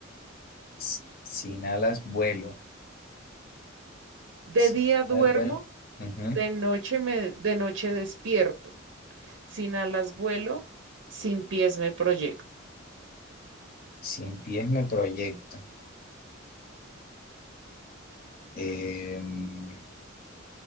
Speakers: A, on the left; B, on the right.
A: S- Sin alas vuelo.
B: De
A: Sin
B: día
A: alas
B: duermo.
A: vuelo. Ujú.
B: De noche me, de noche despierto, sin alas vuelo, sin pies me proyecto.
A: Sin pies me proyecto. Em,